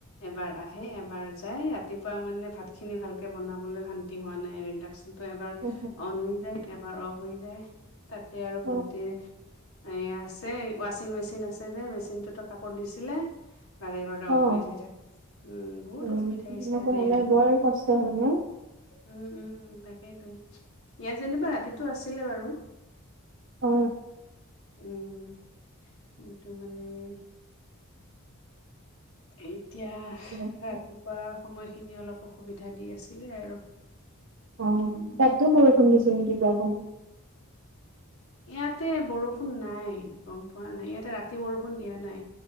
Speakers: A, on the left (about 75°); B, on the right (about 60°).
A: এবাৰ আহে এবাৰ যায় ৰাতিপুৱা মানে ভাত খিনি ভালকে বনাবলৈ শান্তি হোৱা নাই। ইণ্ডাস্ক টো'এবাৰ
B: অ
A: অন হৈ যায় এবাৰ অফ হৈ যায় তাতে আৰু
B: অ
A: ভণ্টিৰ - এইয়া আছে ৱাচিং মেচিন আছে যে মেচিনটোতো কাপোৰ দিছিলে - বাৰে বাৰে অফ
B: অ
A: হৈ যায় থাকে, উম বহুত
B: উম
A: অসুবিধা হৈছে
B: এনেকুৱা
A: আজি
B: হলে
A: ইয়াতো।
B: বৰ কষ্ট হয় ন?
A: উম উম তাকেইতো, ইয়াত যেনিবা ৰাতিটো আছিলে বাৰু।
B: অ
A: উম, কিন্তু মানে - এতিয়া
B: ঠিকে আছে।
A: ৰাতিপুৱা সময়খিনি অলপ অসুবিধা দি আছিলে আৰু।
B: অ,
A: উম,
B: ' তাতো বৰষুণ দিছে নেকি যোৱা কালি?
A: ইয়াতে বৰষুণ নাই গম পোৱা নাই। ইয়াতে ৰাতি বৰষুণ দিয়া নাই।